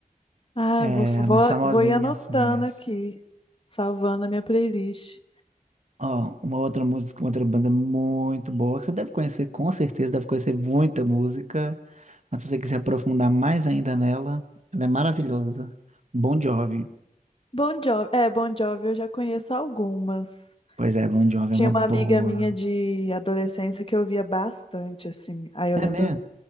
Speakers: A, on the left (about 40°); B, on the right (about 55°).
A: Ah,
B: É
A: vou, vou,
B: a mais famosinha,
A: vou ir anotando
B: assim, é essa.
A: aqui, salvando a minha playlist.
B: Ó, uma outra música, uma outra banda muito boa, que você deve conhecer, com certeza deve conhecer muita música. Mas se você quiser aprofundar mais ainda nela, ela é maravilhosa. Bon Jovi.
A: Bon Jovi, é, Bon Jovi eu já conheço algumas.
B: Pois é, Bon Jovi
A: Tinha
B: é uma
A: uma
B: boa.
A: amiga minha de adolescência que eu ouvia bastante, assim. Aí eu lembro
B: É mesmo?